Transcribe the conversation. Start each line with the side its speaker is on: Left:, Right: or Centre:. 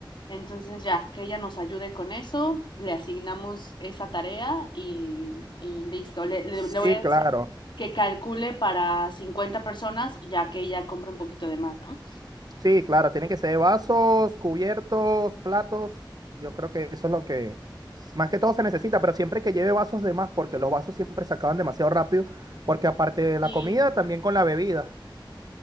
Left: Entonces ya, que ella nos ayude con eso, le asignamos esa tarea y, y listo. Le, le-
Right: Sí,
Left: le voy a
Right: claro,
Left: decir que calcule para 50 personas, ya que ella compra un poquito de más, ¿no?
Right: sí, claro, tienen que ser vasos, cubiertos, platos, yo creo que eso es lo que más que todo se necesita, pero siempre que lleve vasos de más, porque los vasos siempre se acaban demasiado rápido, porque aparte de la
Left: Sí,
Right: comida, también con la bebida.